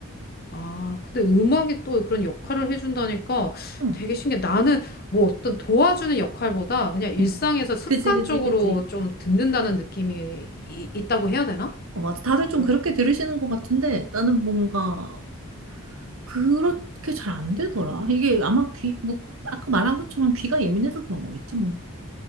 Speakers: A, on the left (about 45°); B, on the right (about 75°).
A: 아, 근데 음악이 또 그런 역할을 해준다니까
B: 응,
A: 되게 신기해. 나는 뭐 어떤 도와주는 역할보다 그냥 일상에서
B: 응.
A: 습관적으로
B: 그지, 그지, 그지.
A: 좀 듣는다는 느낌이 이- 있다고 해야 되나?
B: 어, 맞아. 다들 좀
A: 그럼
B: 그렇게 들으시는 것 같은데 나는 뭔가 그렇게 잘 안 되더라. 이게 아마 귀, 뭐 그, 아까 말한 것처럼 귀가 예민해서 그런 거겠지 뭐.